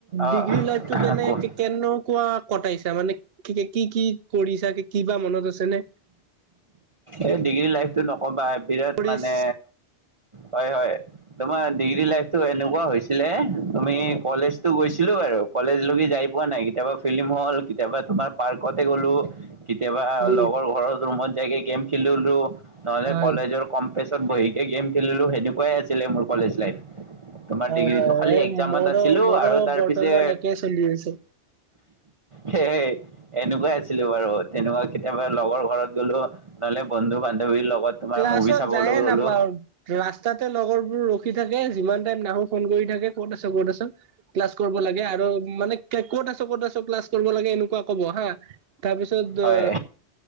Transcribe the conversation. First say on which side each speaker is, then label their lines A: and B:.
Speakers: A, on the right (about 30°); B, on the right (about 65°).
A: অ',
B: ডিগ্ৰী লাইফটো কেনে
A: ক-
B: কেনেকুৱা কটাইছা মানে কি কি কি কৰিছা কিবা মনত আছে নে? <inaudible>
A: এই ডিগ্ৰী লাইফতটো নকবা বিৰাট
B: মেমৰিজ
A: মানে হয়, হয়। তোমাৰ ডিগ্ৰী লাইফতটো এনেকুৱা হৈছিলে, তুমি কলেজতটো গৈছিলো বাৰু। কলেজ লৈকে যাই পোৱা নাই কেতিয়াবা ফিল্ম হল কেতিয়াবা তোমাৰ পাৰ্কতে গ'লো। কেতিয়াবা
B: উম
A: লগৰ ঘৰৰ ৰুমত যায়গৈ গেম খেলিলোঁ নহ'লে
B: হয়
A: কলেজৰ কম পেছত বহিকে গেম খেলিলোঁ সেনেকুৱাই আছিলে মোৰ কলেজ লাইফ। তোমাৰ
B: হয়
A: ডিগ্ৰীটো
B: হয়
A: খালি
B: এই
A: এক্জামত
B: মোৰো
A: আছিলোঁ
B: মোৰো
A: আৰু তাৰপিছে
B: বৰ্তমান একে চলি আছে।
A: সেই এনেকুৱাই আছিলো বাৰু তেনেকুৱা কেতিয়াবা লগৰ ঘৰত গ'লো। নহ'লে বন্ধু-বান্ধৱীৰ লগত। তোমাৰ
B: ক্লাছত
A: মুভি চাবলৈ
B: যায়ে নাপাওঁ।
A: গ'লো
B: ৰাস্তাতে লগৰবোৰ ৰখি থাকে যিমান টাইম নাহো ফোন কৰি থাকে ক'ত আছ ক'ত আছোন। ক্লাছ কৰিব লাগে আৰু মানে ক'ত আছো ক'ত আছো ক্লাছ কৰিব লাগে এনেকুৱা কব হা। তাৰপিছত
A: হয়